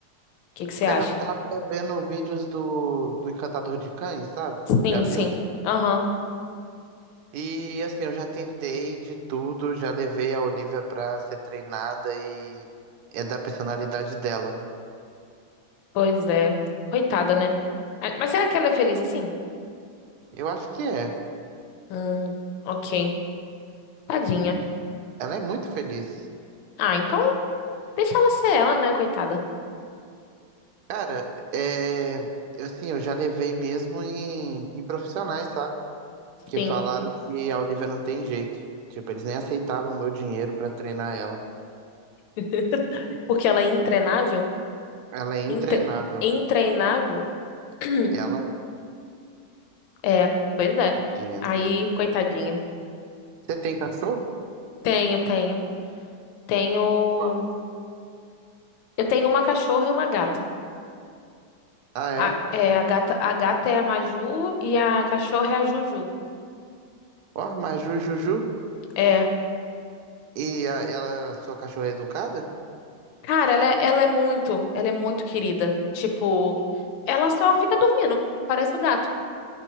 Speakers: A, on the left; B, on the right.
A: que que você acha?
B: Cara, eu tava vendo vídeos do, do Encantador de Cães, sabe?
A: Sim,
B: Já viu?
A: sim. Aham.
B: E assim, eu já tentei de tudo, já levei a Olivia pra ser treinada e é da personalidade dela.
A: Pois é. Coitada, né? Ah, Mas será que ela é feliz assim?
B: Eu acho que é.
A: Hum, ok. Tadinha.
B: Ela é muito feliz.
A: Ah, então deixa ela ser ela, né, coitada?
B: Cara, é, assim, eu já levei mesmo em, em profissionais, sabe? Que
A: Sim.
B: falaram que a Olivia não tem jeito. Tipo, eles nem aceitavam o meu dinheiro pra treinar ela.
A: <laughs> Porque ela é intreinável?
B: Ela é intreinável.
A: Intre... Intreinável? <clears throat>
B: Ela é
A: É, pois é.
B: tadinha.
A: Aí, coitadinha.
B: Você tem cachorro?
A: Tenho, tenho. Tenho.
B: Qual?
A: Eu tenho uma cachorra e uma gata.
B: Ah, é?
A: A, é, a gata, a gata é a Maju e a cachorra é a Juju.
B: Ó, mas Jujuju?
A: É.
B: E a- ela, sua cachorra é educada?
A: Cara, ela é, ela é muito, ela é muito querida. Tipo, ela só fica dormindo. Parece o gato.